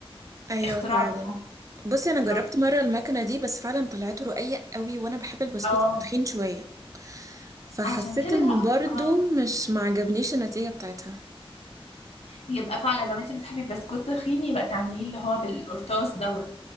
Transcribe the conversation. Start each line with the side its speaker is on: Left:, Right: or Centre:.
Right: ايوه
Left: اختراع
Right: فعلا بصي
Left: اختراع
Right: انا جربت مره المكنه دي بس فعلا طلعت رقيق قوي وانا بحب البسكوت
Left: اه
Right: يبقى تخين شويه فحسيت
Left: عشان كده
Right: ان
Left: بقى
Right: برضو
Left: اه
Right: مش معجبنيش النتيجة بتاعتها
Left: يبقى فعلا لو انت بتحبي البسكوت تخين يبقى تعمليه اللي هو بالقرطاس دوت